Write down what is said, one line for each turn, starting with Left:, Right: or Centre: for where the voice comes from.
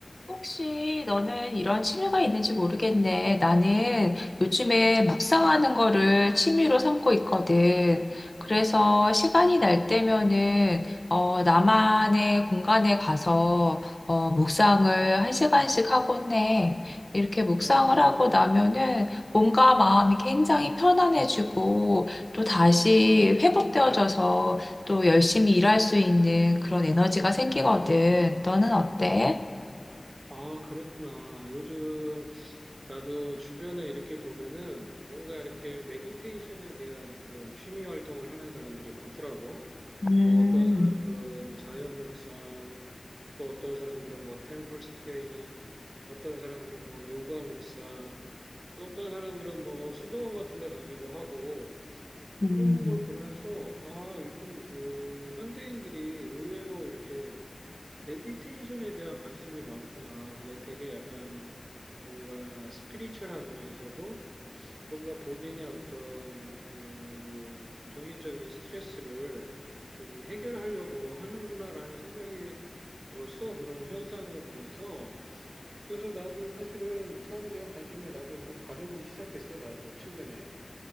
Left: 혹시 너는 이런 취미가 있는지 모르겠네. 나는 요즘에 묵상하는 거를 취미로 삼고 있거든. 그래서 시간이 날 때면은, 어, 나만의 공간에 가서, 어, 묵상을 한 시간씩 하곤 해. 이렇게 묵상을
Right: 아,
Left: 하고 나면은 몸과 마음이 굉장히 편안해지고 또 다시 회복되어져서 또 열심히 일할 수 있는 그런 에너지가 생기거든. 너는 어때?
Right: 아, 그렇구나. 요즘 나도 주변에 이렇게 보면은 뭔가 이렇게 메디테이션에 대한 그런 취미 활동을 하는 사람들이 많더라고.
Left: 음,
Right: 뭐 어떤 사람들은 자연 묵상, 또 어떤 사람들은 뭐 템플 스테이나 어떤 사람들은 뭐 요가 묵상, 또 어떤 사람들은 뭐 수도원 같은 데 가기도 하고
Left: 음.
Right: 그러는 걸 보면서 아, 요즘 그 현대인들이 의외로 이렇게 메디테이션에 대한 관심이 많구나. 이게 되게 약간 뭔가 스피리추얼하면서도 뭔가 본인의 어떤 그 정신적인 스트레스를 좀 해결하려고 하는구나라는 생각이 들었어. 그런 현상을 보면서. 그래서 나도 사실은 묵상에 대한 관심을 나도 좀 가져보기 시작했어. 나도 최근에.